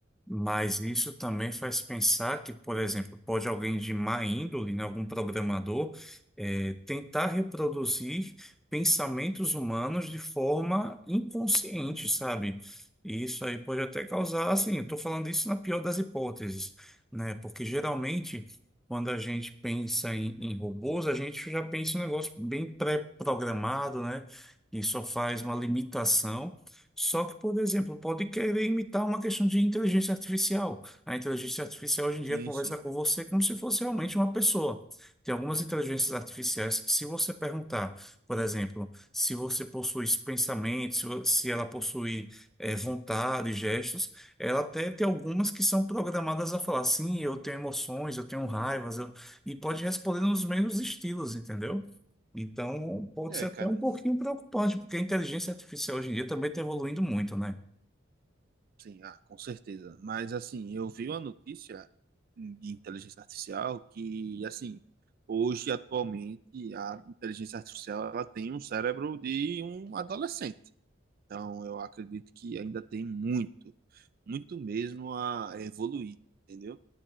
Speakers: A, in the centre; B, on the right.
A: Mas isso também faz pensar que, por exemplo, pode alguém de má índole, né, algum programador, eh, tentar reproduzir pensamentos humanos de forma inconsciente, sabe? E isso aí pode até causar, assim, eu estou falando isso na pior das hipóteses, né? Porque geralmente, quando a gente pensa em, em robôs, a gente já pensa em um negócio bem pré-programado, né? Que só faz uma limitação. Só que, por exemplo, pode querer imitar uma questão de inteligência artificial. A inteligência artificial hoje em
B: Sim,
A: dia conversa
B: sim.
A: com você como se fosse realmente uma pessoa. Tem algumas inteligências artificiais que, se você perguntar, por exemplo, se você possui pensamentos, se vo- se ela possui eh, vontade, gestos, ela até tem algumas que são programadas a falar, sim, eu tenho emoções, eu tenho raivas, eu... e pode responder nos mesmos estilos, entendeu? Então, pode
B: É,
A: ser até
B: cara,
A: um pouquinho preocupante, porque a inteligência artificial hoje em dia também está evoluindo muito, né?
B: Sim, ah, com certeza. Mas assim, eu vi uma notícia de inteligência artificial que, assim, hoje atualmente a inteligência artificial ela tem um cérebro de um adolescente. Então, eu acredito que ainda tem muito, muito mesmo a evoluir, entendeu?